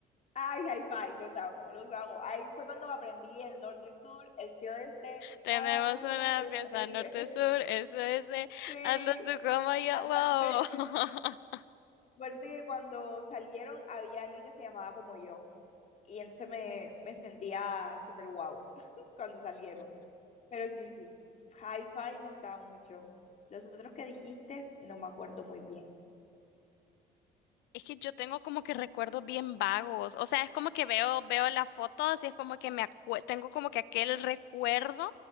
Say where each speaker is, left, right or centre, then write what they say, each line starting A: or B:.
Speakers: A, on the left; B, on the left.
A: Ay, hi-fi, los amo, los amo. Ahí fue cuando aprendí el norte-sur, este-oeste,
B: Tenemos
A: hagamos
B: una
A: una fiesta,
B: fiesta
A: ese.
B: norte-sur,
A: <laughs>
B: eso es de
A: Sí,
B: hazlo tú como yo,
A: aparte,
B: wow. <laughs>
A: aparte que cuando salieron había alguien que se llamaba como yo. y entonces me, me sentía súper wow <laughs> cuando salieron. Pero sí, sí, Hi-Fi me gustaba mucho. Los otros que dijiste no me acuerdo muy bien.
B: Es que yo tengo como que recuerdos bien vagos, o sea, es como que veo, veo las fotos y es como que me acue- tengo como que aquel recuerdo,